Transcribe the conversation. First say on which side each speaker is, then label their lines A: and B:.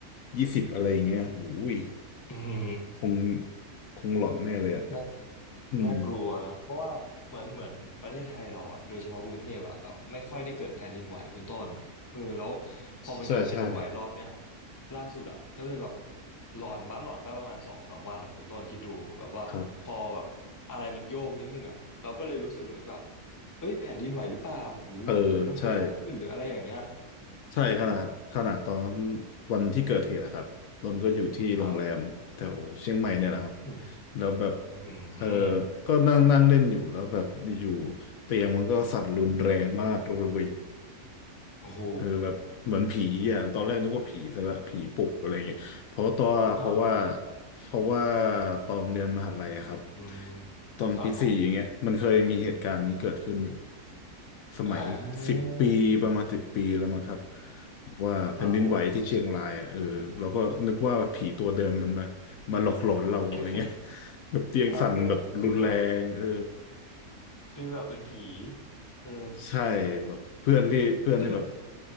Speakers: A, on the left (about 70°); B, on the left (about 15°).
A: ยี่สิบอะไรอย่างเงี้ยหูย
B: อือหื
A: คงคงหลอนแน่เลยอะ
B: อ
A: อืม
B: น่ากลัวนะเพราะว่าเหมือนเหมือนประเทศไทยเราอ่ะโดยเฉพาะกรุงเทพอ่ะแบบไม่ค่อยได้เกิดแผ่นดินไหวคุณต้นเออแล้วพอมันเกิดแผ่นดินไหวรอบเนี้ย
A: ใช่ใช่
B: ล่าสุดอ่ะก็เลยแบบหลอนบ้านหลอนไปประมาณสองสามวันอ่ะคุณต้นคิดดูแบบว่าพอแบบอะไรมันโยกนิดนึงอ่ะเราก็เลยรู้สึกเหมือนแบบ
A: ครับ
B: เอ้ยแผ่นดินไหวหรือเปล่าหรือหรือมันเกิดอะไรขึ้นหรืออะไรอย่างเงี้ย
A: เออใช่ ใช่ขนาดขนาดตอน
B: เออ
A: วันที่เกิดเหตุนะครับนนท์ก็อยู่ที่โรงแรมแถวเชียงใหม่เนี่ยแหละครับ
B: ครับอืม
A: แล้วแบบ
B: อืม
A: เออก็นั่งนั่งเล่นอยู่แล้วแบบอยู่ๆเตียงมันก็สั่นรุนแรงมากเลย
B: โอ้โห
A: เออแบบเหมือนผีอ่ะตอนแรกนึกว่าผีซะละผีปลุกอะไรเงี้ยเพราะตัวเพราะว่า
B: ครับ
A: เพราะว่าตอนเรียนมหาลัยอะครับ
B: อืม
A: ตอนปีสี่อย่างเงี้ยมันเคยมีเหตุการณ์นี้เกิดขึ้นอยู่
B: ครับผม
A: สมัยสิบปีประมาณสิบปีแล้วมั้งครับ
B: อ่า
A: ว่าแผ่นดินไหวที่เชียงรายอ่ะเออเราก็นึกว่าผีตัวเดิมมันมามาหลอกหลอนเราอะไรเงี้ย
B: ครับผม <laughs>
A: แบบเตียงสั่นแบบรุนแรงเออ
B: เออฟิลฟิลแบบฟิลแบบเป็นผีเออ
A: ใช่แบบเพื่อนที่เพื่อนที่แบบ
B: <laughs>